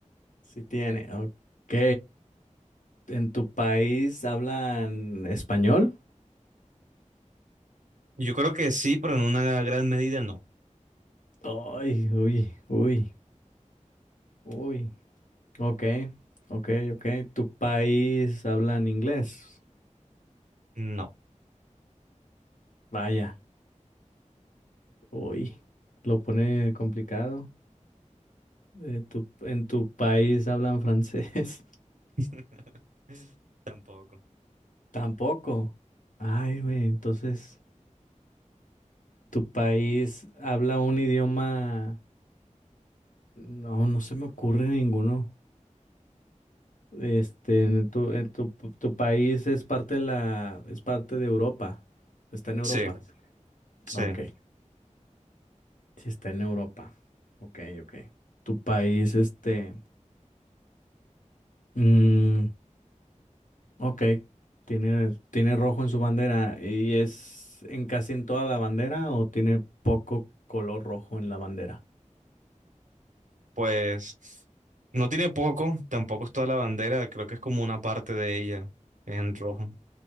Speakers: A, on the left; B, on the right.
A: Sí tiene. Ok. ¿En tu país hablan español?
B: Yo creo que sí, pero en una gran medida no.
A: Ay, uy, uy, uy. Ok. Ok, ok. ¿Tu país hablan inglés?
B: No.
A: Vaya. Uy. Lo pone complicado. Eh, tu- ¿en tu país hablan francés?
B: <laughs> Tampoco.
A: <laughs> Tampoco. Ay, güey. Entonces. ¿Tu país habla un idioma? No, no se me ocurre ninguno. Este, en tu, en tu, tu país es parte de la, es parte de Europa. Está en Europa.
B: Sí, sí.
A: Ok, sí está en Europa. Ok, ok. Tu país, este, mm, ok, tiene, tiene rojo en su bandera y es en casi en toda la bandera o tiene poco color rojo en la bandera.
B: Pues no tiene poco, tampoco es toda la bandera, creo que es como una parte de ella en rojo.